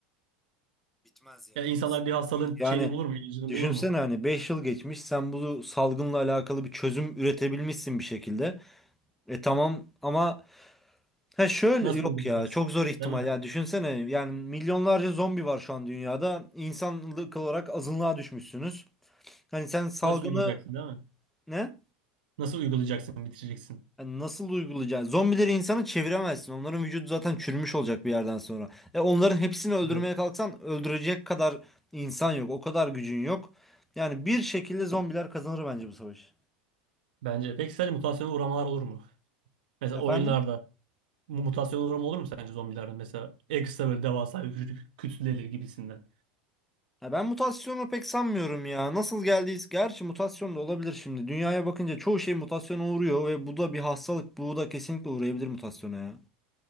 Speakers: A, in the centre; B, on the right.
A: Bitmez ya.
B: Ya insanlar bir hastalığın
A: Yani
B: şeyini bulur mu, ilacını
A: düşünsene
B: bulur mu?
A: hani 5 yıl geçmiş sen bu salgınla alakalı bir çözüm üretebilmişsin bir şekilde. E tamam ama ha şöyle
B: Nasıl
A: yok
B: uygulayacaksın?
A: ya çok zor ihtimal
B: Değil mi?
A: ya düşünsene yani milyonlarca zombi var şu an dünyada. İnsanlık olarak azınlığa düşmüşsünüz. Hani sen salgını
B: Nasıl uygulayacaksın değil mi?
A: ne?
B: Nasıl uygulayacaksın, bitireceksin?
A: Hani nasıl uygulayacaksın? Zombileri insana çeviremezsin. Onların vücudu zaten çürümüş olacak bir yerden sonra. E onların hepsini öldürmeye
B: Evet.
A: kalksan öldürecek kadar insan yok. O kadar gücün yok. Yani bir şekilde zombiler kazanır bence bu savaşı.
B: Bence. Peki sence mutasyona uğramalar olur mu? Mesela
A: Efendim?
B: oyunlarda mu- mutasyona uğrama olur mu sence zombilerde? Mesela ekstra böyle devasa bir küçük kütleleri gibisinden.
A: Ya ben mutasyonu pek sanmıyorum ya. Nasıl geldiyiz? Gerçi mutasyon da olabilir şimdi. Dünyaya bakınca çoğu şey mutasyona uğruyor ve bu da bir hastalık. Bu da kesinlikle uğrayabilir mutasyona ya.